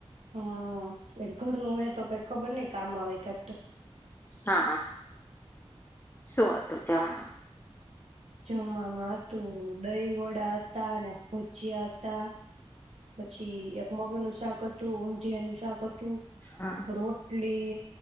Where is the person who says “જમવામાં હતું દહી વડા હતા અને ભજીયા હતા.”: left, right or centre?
Right